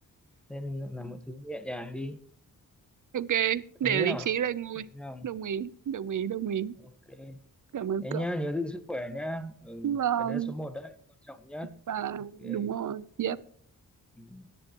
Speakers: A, in the centre; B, on the right.
A: nên là mọi thứ nhẹ nhàng đi
B: Ok, để
A: đồng ý
B: lý
A: không
B: trí lên ngôi.
A: đồng ý không
B: Đồng ý, đồng ý, đồng ý.
A: ok
B: Cảm ơn
A: thế
B: cậu.
A: nhá nhớ giữ sức khỏe nhá ừ,
B: Vâng,
A: cái đấy số một đấy quan trọng nhất
B: và
A: ok
B: đúng rồi. Yes.
A: ừ.